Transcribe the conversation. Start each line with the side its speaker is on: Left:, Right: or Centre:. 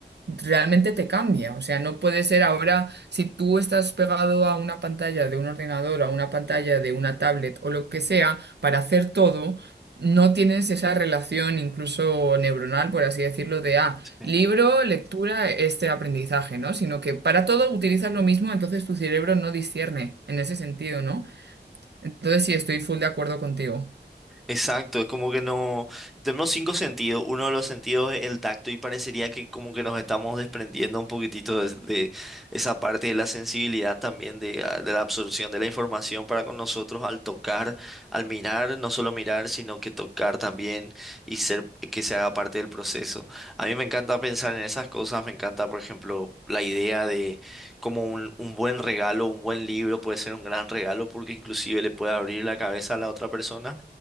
Right: realmente te cambia. O sea, no puede ser ahora, si tú estás pegado a una pantalla de un ordenador, a una pantalla de una tablet o lo que sea, para hacer todo, no tienes esa relación incluso neuronal, por así decirlo, de, ah,
Centre: sí.
Right: libro, lectura, este aprendizaje, ¿no? Sino que para todo utilizas lo mismo, entonces tu cerebro no discierne en ese sentido, ¿no? Entonces sí, estoy full de acuerdo contigo.
Centre: Exacto, es como que no, tenemos cinco sentidos, uno de los sentidos es el tacto y parecería que como que nos estamos desprendiendo un poquitito de, de esa parte de la sensibilidad también de, ah, de la absorción de la información para con nosotros al tocar, al mirar, no solo mirar, sino que tocar también y ser que se haga parte del proceso. A mí me encanta pensar en esas cosas, me encanta, por ejemplo, la idea de como un, un buen regalo, un buen libro puede ser un gran regalo porque inclusive le puede abrir la cabeza a la otra persona